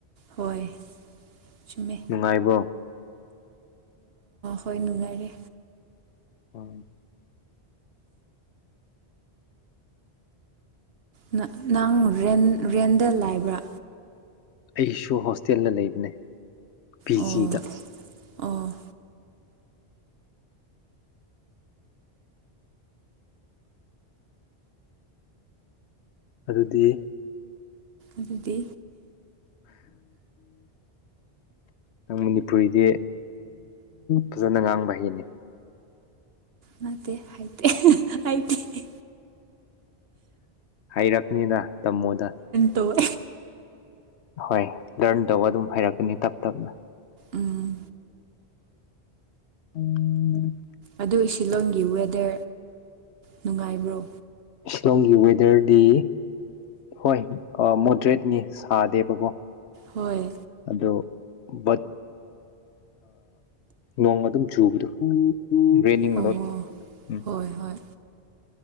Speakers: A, on the right; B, on the left.
A: ꯍꯣꯏ ꯆꯨꯝꯃꯦ
B: ꯅꯨꯡꯉꯥꯏꯕ꯭ꯔꯣ
A: ꯍꯣꯏ ꯅꯨꯡꯉꯥꯏꯔꯦ
B: ꯎꯝ
A: ꯅ ꯅꯪꯟ ꯔꯦꯟꯗ ꯂꯥꯏꯕ꯭ꯔꯥ
B: ꯑꯩꯁꯨ ꯍꯣꯁ ꯇꯦꯜꯗ ꯂꯩꯕꯅꯦ ꯄꯤ
A: ꯑꯣ
B: ꯖꯤ ꯗ
A: ꯑꯣ
B: ꯑꯗꯨꯗꯤ
A: ꯑꯗꯨꯗꯤ
B: ꯅꯪ ꯃꯅꯤꯄꯨꯔꯤꯗꯤ ꯐꯖꯅ ꯉꯥꯡꯕ ꯍꯩꯅꯦ
A: ꯅꯠꯇꯦ ꯍꯩꯇꯦ ꯍꯩꯇꯤꯌꯦ
B: ꯍꯩꯔꯛꯅꯤꯗ ꯇꯝꯃꯣꯗ
A: ꯗꯣ
B: ꯍꯣꯏ ꯂꯔꯟ ꯇꯧꯕ ꯑꯗꯨꯝ ꯍꯥꯏꯩꯔꯛꯀꯅꯤ ꯇꯞ ꯇꯞꯅ
A: ꯎꯝ
B: ꯎꯝ
A: ꯑꯗꯨ ꯁꯤꯂꯑꯣꯡꯒꯤ ꯋꯦꯗꯔ ꯅꯨꯡꯉꯥꯏꯕ꯭ꯔꯣ
B: ꯁꯤꯂꯣꯡꯒꯤ ꯋꯦꯗꯔꯗꯤ ꯍꯣꯏ ꯃꯣꯗꯔꯦꯠꯅꯤ ꯁꯥꯗꯦꯕꯀꯣ
A: ꯍꯣꯏ
B: ꯑꯗꯣ ꯕꯠ ꯅꯣꯡ ꯑꯗꯨꯝ ꯆꯨꯕꯗꯣ ꯔꯦꯅꯤꯡ
A: ꯍꯑꯣ
B: ꯂꯣꯠ ꯎꯝ
A: ꯍꯣꯏ ꯍꯣꯏ